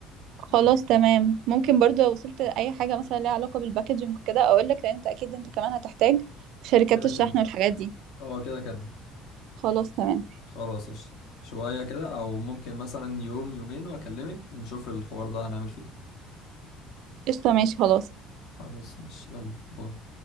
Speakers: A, on the right; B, on the left.
A: خلاص
B: ماشي
A: تمام ممكن برضو لو وصلت اي حاجه مثلا ليها علاقه بالباكجينج وكده اقول لك لان انت اكيد انت كمان هتحتاج وشركات
B: كده
A: الشحن
B: كده
A: والحاجات دي
B: أه كده كده
A: خلاص تمام
B: خلاص قشطة. شوية كده أو ممكن مثلا يوم يومين وأكلمك نشوف الحوار ده هنعمل فيه إيه.
A: قشطه ماشي خلاص
B: خلاص مش يلا باي